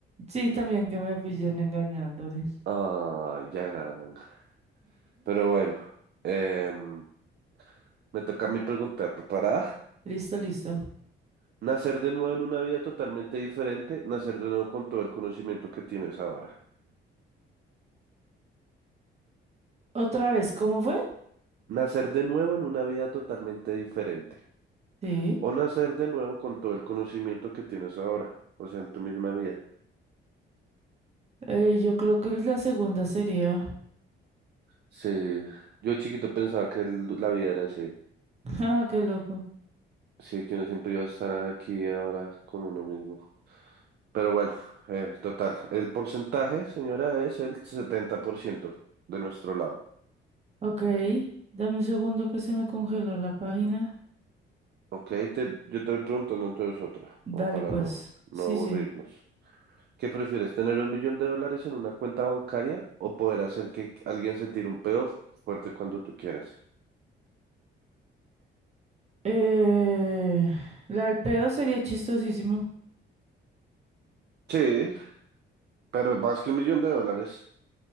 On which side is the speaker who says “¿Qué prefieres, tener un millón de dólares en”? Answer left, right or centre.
Right